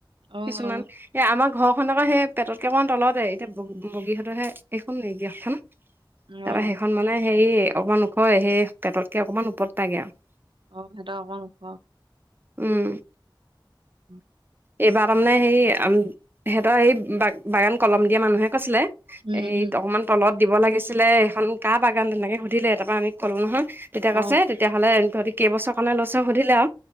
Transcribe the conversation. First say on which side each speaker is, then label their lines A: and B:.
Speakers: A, on the right; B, on the right.
A: অ',
B: কিছুমান এ আমাৰ। ঘৰ খন আকৌ সেই পেটতকে অকণমান তলতে এতিয়া বগীহঁতৰ হে সেইখন এইখন নেকি গেটখন। তাৰপৰা
A: অ', অ',
B: সেইখন মানে হেৰি অকমান ওখ সেই পেটতকে অকমান ওপৰত পাইগে আৰু।
A: অ' সেইটো অকমান ওখ।
B: উম।
A: হুম।
B: এইবাৰ তাৰমানে হেৰি সিহঁতৰ সেই বাগান কলম দিয়া মানুহে কৈছিলে।
A: উম,
B: এই
A: উম,
B: অকনমান তলত দিব লাগিছিলে সেইখন কাৰ বাগান তেনেকে সুধিলে তাৰ পৰা আমি ক'লো নহয়। তেতিয়া
A: অ',
B: কৈছে তেতিয়াহ'লে তহঁতি কেইবছৰ কাৰণে লৈছ সুধিলে আৰু